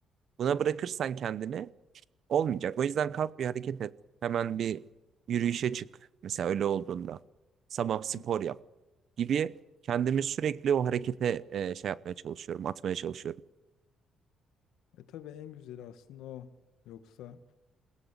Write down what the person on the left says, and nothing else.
Hı hı.
E tabii en güzeli aslında o. Yoksa